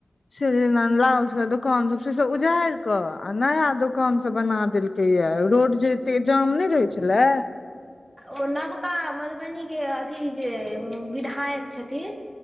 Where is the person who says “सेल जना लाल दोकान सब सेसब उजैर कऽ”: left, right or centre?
Left